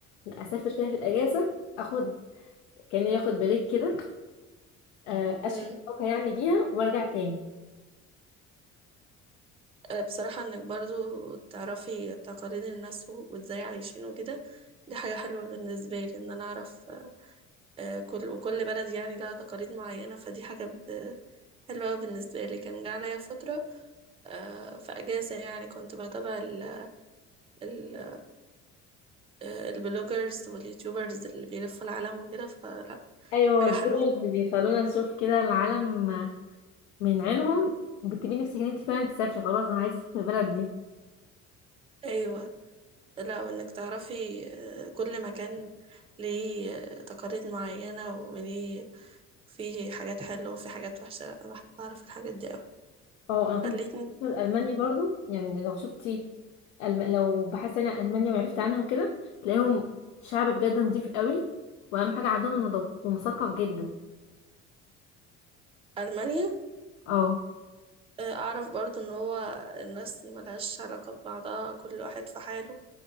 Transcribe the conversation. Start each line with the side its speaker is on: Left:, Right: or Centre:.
Left: لا اسافر فيها في الاجازة اخد كان ياخد بريك كده آه،
Right: <laughs>
Left: اشحن
Right: امم
Left: طاقة يعني بيها وارجع تاني
Right: أه بصراحة انك برضه تعرفي تقاليد الناس و- وازاي عايشين وكده دي حاجة حلوة بالنسبة لي ان انا اعرف أه كل وكل بلد يعني لها تقاليد معينة فدي حاجة ب- حلوة أوي بالنسبة لي كان جه عليا فترة أه في اجازة يعني كنت بتابع ال- ال- آه، البلوجرز واليوتيوبرز اللي بيلفوا العالم وكده فلا
Left: ايوه
Right: حاجة
Left: البلوجرز
Right: حلوة خالص
Left: بيخلونا نشوف كده العالم من عينهم بتبقي نفسك ان انت فعلا تسافري خلاص انا عايزة اسافر البلد دي
Right: أيوة لا وإنك تعرفي آه، كل مكان ليه آه، تقاليد معينة وليه في حاجات حلوة وفي حاجات وحشة لا أنا بحب أعرف الحاجات دي أوي
Left: اه انا كنت
Right: خلتني
Left: في المانيا برضو يعني لو شفتي الم... لو بحثت يعني عن المانيا وعرفت عنها وكده تلاقيهم شعب بجد نضيف قوي واهم حاجه عندهم النظافه ومثقف جدا
Right: ألمانيا
Left: اه
Right: آه، أعرف برضو إن هو الناس ملهاش علاقة ببعضها كل واحد في حاله